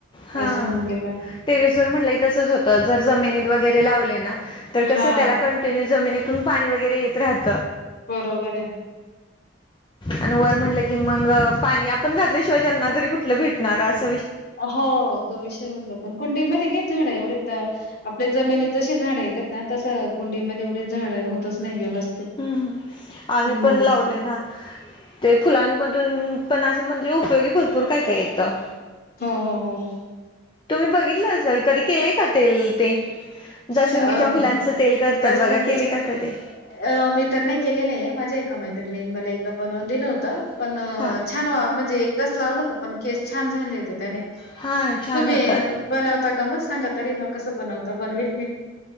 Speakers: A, on the left (about 25°); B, on the left (about 50°).
A: हा
B: असं होऊन गेलं
A: टेरेसवर म्हटलं तसच होत जर जमिनीत वगैरे लावले ना तर कसं
B: हा
A: त्याला कंटिन्यू जमिनीतून पाणी वगैरे येत राहत.
B: बरोबर आहे.
A: आणि वर म्हटलं की मग पाणी आपण घातल्याशिवाय त्यांना तरी कुठलं भेटणार अस.
B: हो तो विषय <unintelligible> कुंडीमध्ये काही झाड एवढे आपल्या जमिनीत जसे झाडं येतात ना तसं कुंडीमध्ये एवढे झाड होतच नाही व्यवस्थित.
A: हम्म आम्ही
B: हम्म.
A: पण लावले ना ते फुलांमधून पण असं म्हणजे उपयोगी भरपूर काय काय येतं.
B: हा हा हम्.
A: तुम्ही बघितलं असाल कधी केलंय का तेल ते. जसुंगीच्या
B: अ
A: फुलांचं तेल करतात
B: जास्वंदीचे
A: बघा केले का कधी?
B: अ मी तर नाही केलेले आहे माझ्या एका म नन मला एकदा बनवून दिलं होत पण
A: हा
B: छान म्हणजे एकदाच लावलं होत पण छान झाले त्याने,
A: हा छान
B: तुम्ही
A: होतात.
B: बनवता का मग सांगा तरी मग कस बनवता. बनवेल मी.